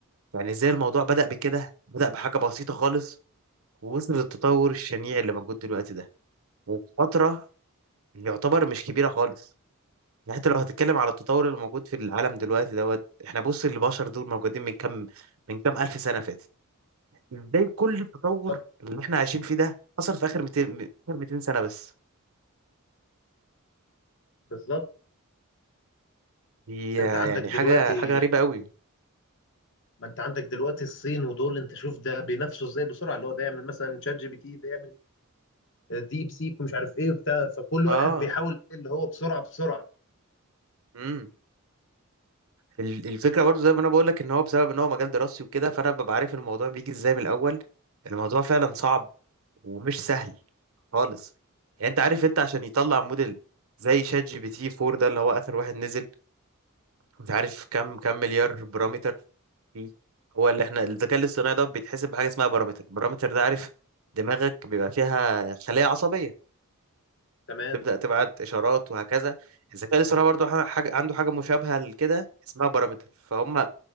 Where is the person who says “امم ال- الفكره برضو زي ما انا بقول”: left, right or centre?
Right